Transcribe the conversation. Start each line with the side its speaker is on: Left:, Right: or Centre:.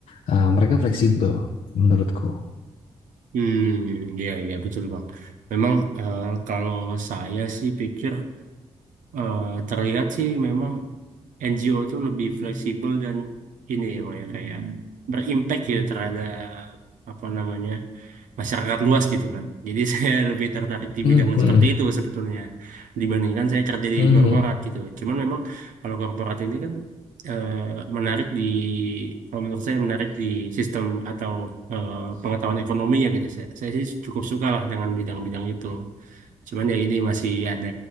Left: uh, mereka fleksibel menurutku.
Right: Hmm, iya, iya, betul, Bang. Memang eh, kalau saya sih pikir eh, terlihat sih memang NGO itu lebih fleksibel dan ini ya, Bang, ya, kayak berimpact gitu terhadap apa namanya masyarakat luas gitu kan. Jadi <laughs> saya lebih tertarik di
Left: Hmm,
Right: bidang
Left: hmm,
Right: seperti itu sebetulnya dibandingkan saya kerja di
Left: hmm,
Right: korporat gitu. Cuman memang kalau korporat ini kan eh, menarik di kalau menurut saya menarik di sistem atau eh, pengetahuan ekonomi ya gitu. Saya, saya sih cukup suka lah dengan bidang-bidang itu. Cuman ya ini masih ada